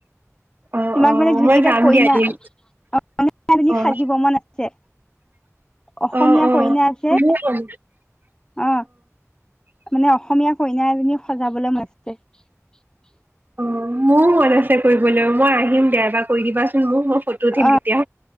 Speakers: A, on the right; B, on the left.
A: অ',
B: তোমাক
A: অ',
B: মানে ধুনীয়াকে
A: মই যাম
B: কইনা
A: দিয়া এদিন।
B: কইনা এজনী
A: অ',
B: সাজিব মন আছে, অসমীয়া
A: অ'। অ',
B: কইনা যে,
A: মোৰো মন
B: অ মানে অসমীয়া কইনা এজনী সজাবলৈ মন আছে। <unintelligible>
A: অ মোৰো মন আছে কৰিবলৈ মই আহিম দিয়া এবাৰ কৰি দিবাচোন মোক ফটো উঠিম
B: অ
A: তেতিয়া।